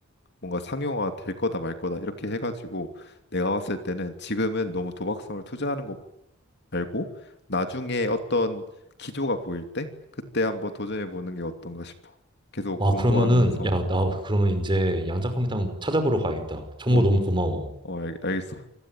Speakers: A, on the left; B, on the right.
A: 뭔가 상용화 될 거다 말 거다 이렇게 해가지고 내가 봤을 때는 지금은 너무 도박성을 투자하는 알고 나중에 어떤 기조가 보일 때 그때 한번 도전해 보는 게 어떤가 싶어. 계속
B: 와,
A: 공부하면서
B: 그러면은, 야, 나
A: 어,
B: 그러면 이제 양자 컴퓨터 한번 찾아보러 가야겠다. 정보
A: 어,
B: 너무 고마워.
A: 어, 알, 겠어